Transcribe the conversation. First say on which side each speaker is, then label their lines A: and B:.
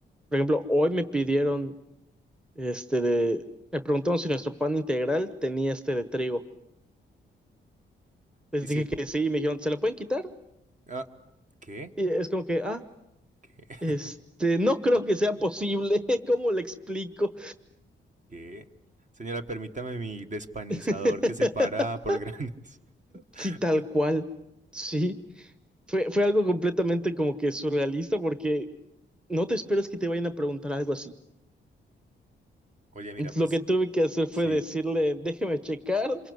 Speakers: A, in the centre; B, on the right.
A: por ejemplo, hoy me pidieron, este de, me preguntaron si nuestro pan integral tenía este de trigo. Les
B: Y
A: dije
B: sí.
A: que sí y me dijeron, ¿se lo pueden quitar?
B: Ah, ¿qué?
A: Y es como que, ah,
B: ¿Qué? <laughs>
A: este, no creo que sea posible, <laughs> ¿cómo le explico?
B: ¿Qué? Señora, permítame mi despanizador
A: <laughs>
B: que separa por granos. <laughs>
A: Sí, tal cual, sí. Fue, fue algo completamente como que surrealista porque no te esperas que te vayan a preguntar algo así.
B: Oye, mira, pues
A: Lo que tuve que hacer fue
B: sí.
A: decirle, déjeme checar,